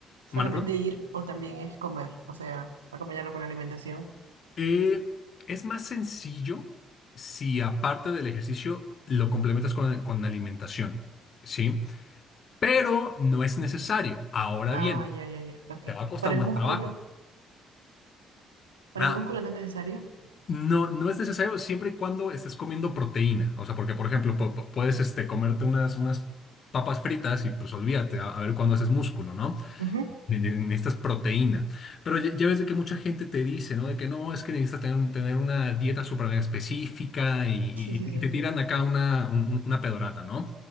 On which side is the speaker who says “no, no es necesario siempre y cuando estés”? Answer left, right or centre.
Left